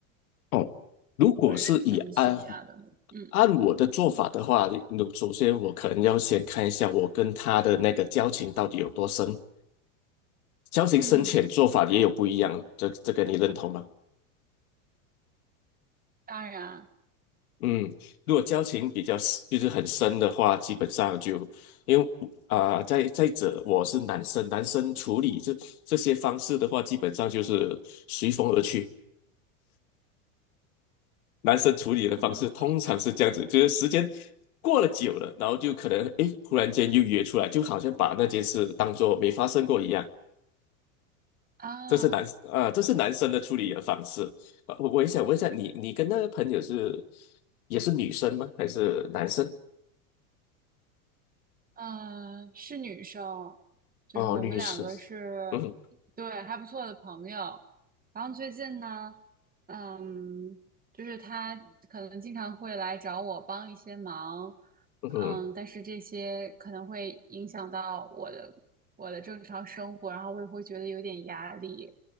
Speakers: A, on the left (about 80°); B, on the right (about 20°).
A: 哦，如果是以按
B: 或者是分歧啊等等。嗯
A: 按我的做法的话，那首先我可能要先看一下我跟他的那个交情到底有多深，交情深浅做法也有不一样，
B: 嗯，
A: 这这个你认同吗？
B: 当然
A: 嗯，如果交情比较 s- 就是很深的话，基本上就因为啊、呃再再者，我是男生，男生处理这这些方式的话，基本上就是随风而去。男生处理的方式通常是这样子，
B: <laughs>
A: 就是时间过了久了，然后就可能诶，忽然间又约出来，就好像把那件事当做没发生过一样。
B: 啊。
A: 这是男啊、这是男生的处理的方式。呃我我也想问一下，你你跟那个朋友是也是女生吗？还是男生？
B: 嗯，是女生，就是我们两个是，
A: 哦，律师，嗯哼
B: 对，还不错的朋友。然后最近呢，嗯，就是她可能经常会来找我帮一些忙，
A: 嗯哼，
B: 嗯，但是这些可能会影响到我的我的正常生活，然后我也会觉得有点压力，